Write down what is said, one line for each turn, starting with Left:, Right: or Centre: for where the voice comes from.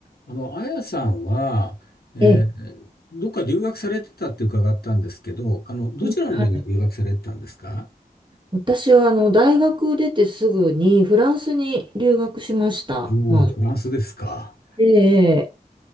Left: あの、あやさんは、えーどっか留学されてたって伺ったんですけど、
Right: ええ、
Left: あの、どちらの方に留学されてたんですか
Right: はい。私はあの大学出てすぐにフランスに留学しました。
Left: おおー、
Right: まあ、
Left: フランスですか。
Right: で、